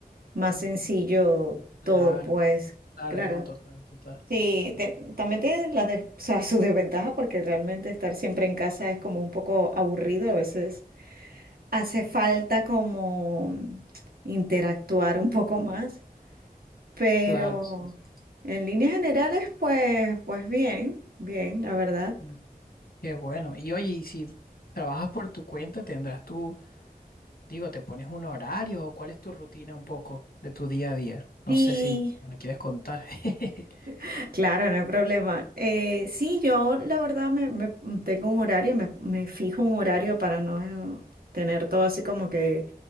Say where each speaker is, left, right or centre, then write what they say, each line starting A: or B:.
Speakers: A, on the right (about 75°); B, on the left (about 80°).
A: más sencillo
B: Claro,
A: todo, pues
B: claro,
A: claro.
B: no, total, total.
A: Sí, te- también tiene las des- o sea, sus desventajas porque realmente estar siempre en casa es como un poco aburrido, a veces hace falta como interactuar un poco más, pero
B: Claro, sí. sí.
A: en líneas generales, pues, pues bien, bien, la verdad.
B: Mm. Qué bueno. Y oye, y si trabajas por tu cuenta, tendrás tú, digo, te pones un horario o cuál es tu rutina un poco de tu día a día. No
A: Sí.
B: sé si me la quieres contar. <laughs>
A: <laughs> Claro, no hay problema. Eh, sí, yo la verdad me, me- tengo un horario, me, me fijo un horario para no eh, tener todo así como que